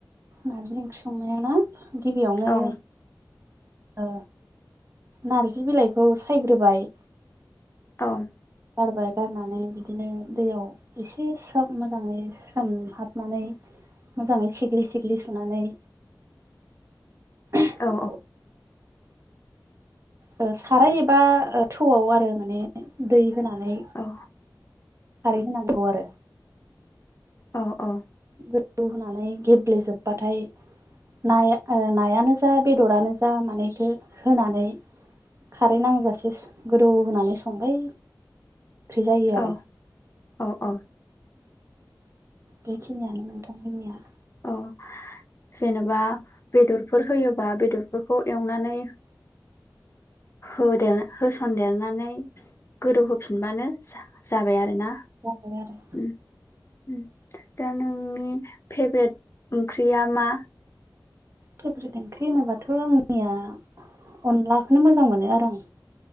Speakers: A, on the right; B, on the left.
A: नारजि ओंख्रि संनाया ना? गिबियावनो
B: औ
A: ओ नारजि बिलाइखौ सायग्रोबाय।
B: अं
A: बारबाय बारनानै बिदिनो दैयाव एसे सोम मोजाङै सोमहाबनानै मोजाङै सिग्लि सिग्लि सुनानै <unintelligible>
B: औ
A: ओ साराय एबा ओ थौआव आरो माने दै होनानै
B: औ
A: खारै होनांगौ आरो।
B: औ औ
A: गोदौ होनानै गेब्लेेजोबबाथाय नाया नायानो जा बेदरानो जा माने इखौ होनानै खारै नांजासे गोदौ होनानै संबाय ओंख्रि जायो आरो
B: औ औ औ।
A: बेखिनियानो नोंथांमोननिया।
B: औ जेनेबा बेदरफोर होयोबा बेदरफोरखौ एवनानै होदेर होसनदेरनानै गोदौहोफिनबानो जा जाबाय आरोना।
A: जाबाय आरो
B: उम। उम दा नोंनि फेभरेट ओंख्रिया मा?
A: फेभ्रेट ओंख्रि होनोबाथ' आंनिया अनलाखौनो मोजां मोनो आरो आं